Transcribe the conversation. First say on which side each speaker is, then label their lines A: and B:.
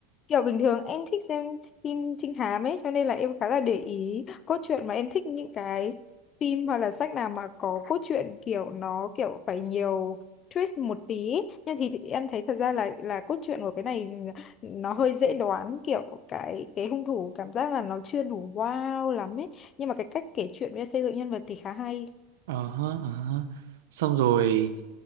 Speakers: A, on the left; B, on the right.
A: Kiểu bình thường em thích xem phim trinh thám ấy, cho nên là em khá là để ý cốt truyện mà em thích những cái phim hoặc là sách nào mà có cốt truyện kiểu nó kiểu phải nhiều twist một tí. ấy. Nhưng thì, thì em thấy thật ra là là cốt truyện của cái này nó hơi dễ đoán kiểu cái cái hung thủ cảm giác là nó chưa đủ wow lắm ấy. Nhưng mà cái cách kể chuyện với xây dựng nhân vật thì khá hay.
B: Ờ hớ, ờ hớ. xong rồi